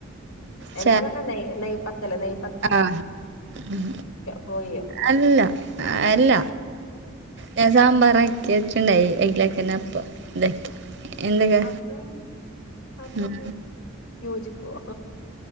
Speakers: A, on the right; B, on the left.
A: ച
B: എന്താ പറഞ്ഞ നെയ് നെയ്പത്തലോ നെയ്
A: ആഹ് ഉം
B: കോഴിയോ?
A: അല്ല അല്ല ഞാ സാമ്പാറാക്കി വചുണ്ടായി അയ്ല്ക്കന്നെ അപ്പം ണ്ടാക്കി എന്തൊക്കെ
B: അതും അതും
A: ഉം
B: യോജിക്കോ